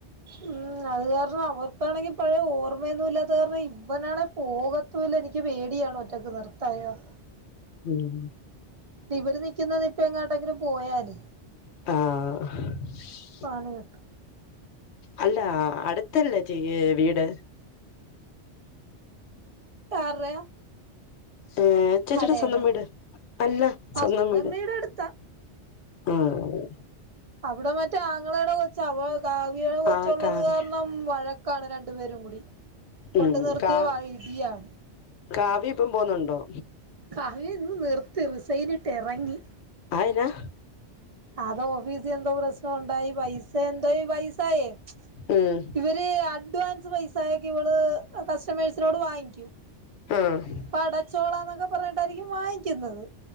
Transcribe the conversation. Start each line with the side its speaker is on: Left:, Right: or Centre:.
Right: ഉം അത് കാരണം അവർക്കാണെങ്കിൽ പഴയ ഓർമ്മയൊന്നും ഇല്ലാത്ത കാരണം ഇവനാണെ പോക ത്തൂല്ല എനിക്ക് പേടിയാണ് ഒറ്റയ്ക്ക് നിർ ത്താനേ
Left: ഉം
Right: ഇവര് നിക്കുന്നത് നിപ്പി എങ്ങാട്ടെങ്കിലും പോയാലേ.
Left: ആഹ്
Right: പണി കിട്ടും
Left: അല്ല അടുത്തല്ലേച്ചി വീട്?
Right: ആറ്ടെയാ
Left: ഏഹ് ചേച്ചിയുടെ
Right: കടേടെ
Left: സ്വന്തം വീട് അല്ല
Right: ആഹ് സ്വന്തം
Left: വീട്
Right: വീടടുത്താ.
Left: ആഹ് അതെ
Right: അവിടെ മറ്റേ ആങ്ങളേടെ കൊച്ച് അപ്പോ കാവ്യേടെ കൊച്ചൊള്ളത്
Left: ആഹ് കാവ്യ
Right: കാരണം ഉം വഴക്കാണ് രണ്ടു പേരും കൂടി കൊണ്ടു
Left: ഉം
Right: നിർത്തിയാ
Left: കാ
Right: വ ഇടിയാണ്
Left: കാവ്യ ഇപ്പം പോന്നുണ്ടോ?
Right: കാവ്യ ഇന്ന് നിർത്തി റിസൈനിട്ട് എറങ്ങി.
Left: അതെന്നാ
Right: അത് ഓഫീസി എന്തോ പ്രശ്നോണ്ടായി പൈസ എന്തോ ഈ പൈസായേ
Left: ഉം
Right: ഇവര് അഡ്വാൻസ് പൈസായൊക്കെ ഇവള് കസ്റ്റമേഴ്സിനോട് വാങ്ങിക്കും.
Left: ആഹ്.
Right: അപ്പൊ അടച്ചോളാന്നൊക്കെ പറഞ്ഞിട്ടായിരിക്കും വാങ്ങിക്കുന്നത്